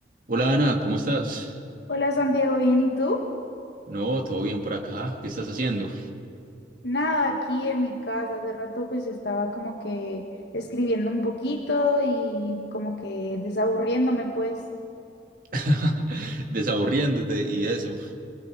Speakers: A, on the right; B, on the left.
A: Hola Ana, ¿cómo estás?
B: Hola Santiago, ¿bien y tú?
A: No, todo bien por acá. ¿Qué estás haciendo?
B: Nada, aquí en mi casa. Hace rato pues estaba como que escribiendo un poquito y como que desaburriéndome pues.
A: <laughs> Desaburriéndote y eso.